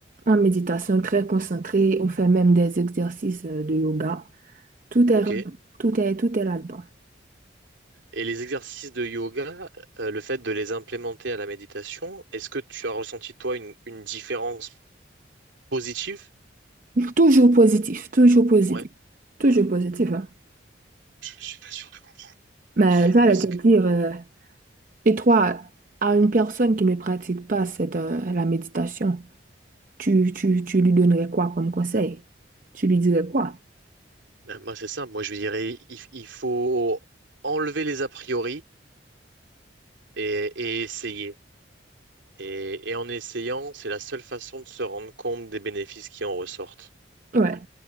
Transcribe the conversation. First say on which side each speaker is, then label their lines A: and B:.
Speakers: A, on the right; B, on the right.
A: En méditation très concentrée, on fait même des exercices euh, de yoga. Tout
B: Ok.
A: est, tout est, tout est là-dedans.
B: Et les exercices de yoga, euh, le fait de les implémenter à la méditation, est-ce que tu as ressenti toi une, une différence positive?
A: Toujours positif, toujours positif,
B: Ouais,
A: toujours positif, hein.
B: Je ne suis pas sûr de comprendre.
A: Mais j'allais
B: parce
A: te dire,
B: que
A: euh, et toi, à une personne qui ne pratique pas cette, euh, la méditation, tu, tu, tu lui donnerais quoi comme conseil? Tu lui dirais quoi?
B: ben, moi c'est ça, moi je dirais il, il faut enlever les a priori et, et essayer. Et, et en essayant, c'est la seule façon de se rendre compte des bénéfices qui en ressortent.
A: Ouais,